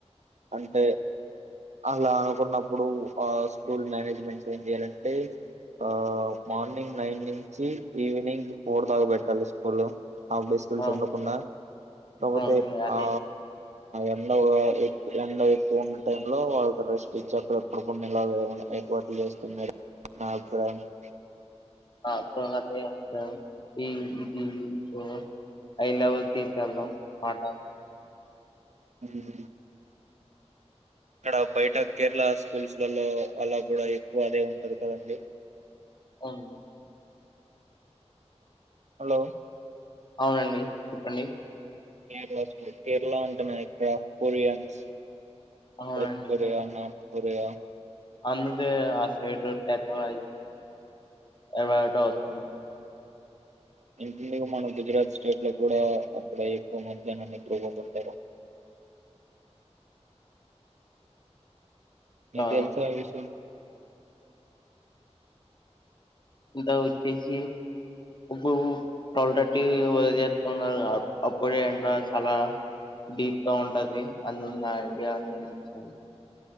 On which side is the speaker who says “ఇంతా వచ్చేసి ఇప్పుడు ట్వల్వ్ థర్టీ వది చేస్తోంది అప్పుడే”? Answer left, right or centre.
Left